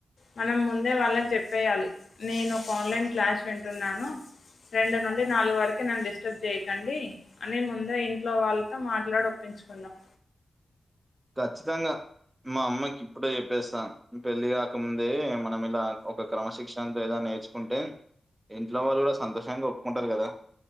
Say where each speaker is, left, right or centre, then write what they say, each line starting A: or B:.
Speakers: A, on the left; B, on the right.
A: మనం ముందే వాళ్ళకి చెప్పేయాలి నేను ఒక ఆన్లైన్ క్లాస్ వింటున్నాను రెండు నుండి నాలుగు వరకే నన్ను డిస్టర్బ్ చేయకండి అని ముందే ఇంట్లో వాళ్ళతో మాట్లాడి ఒప్పించుకుందాం
B: ఖచ్చితంగా మా అమ్మకి ఇప్పుడే చెప్పేస్తాన్ పెళ్లిి కాకముందే మనం ఇలా ఒక క్రమశిక్షణతో ఏద నేర్చుకుంటే ఇంట్లో వాళ్ళు కూడా సంతోషంగా ఒప్పుకుంటారు కదా